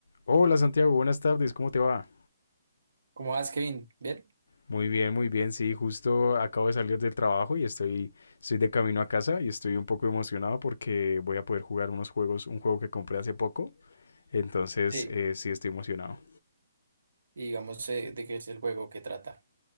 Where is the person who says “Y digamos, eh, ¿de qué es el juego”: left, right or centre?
Right